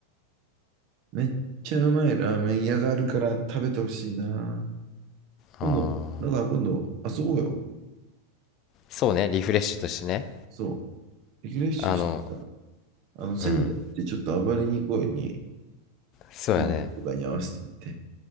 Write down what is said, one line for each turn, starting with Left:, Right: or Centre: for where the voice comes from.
Right: めっちゃうまいラーメン屋があるから食べてほしいな。今度、
Left: ああ、
Right: だから今度、遊ぼうよ。
Left: そうね、リフレッシュとしてね。
Right: そう。リフレッシュしてさ、
Left: あの、
Right: あの、仙台ってちょっと暴れに行こうよに、
Left: うん、そうやね。
Right: 金庫とかに合わせて行って。